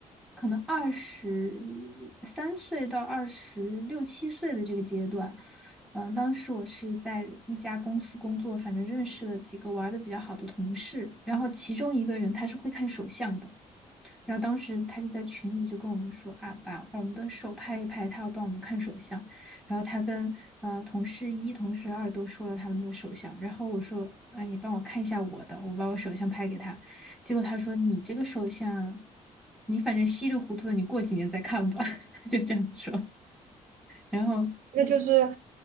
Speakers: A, in the centre; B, on the right.
A: 可能二十三岁到二十六七岁的这个阶段，嗯、当时我是在一家公司工作，反正认识了几个玩的比较好的同事，然后其中一个人他是会看手相的。然后当时他就在群里就跟我们说啊，把我们的手拍一拍，他要帮我们看手相。然后他跟呃同事一、同事二都说了他们的手相。然后我说，哎，你帮我看一下我的，我把我手相拍给他。结果他说，你这个手相，你反正稀里糊涂的，你过几年再看吧。<laughs> 他就这样说。然后。
B: 那就是，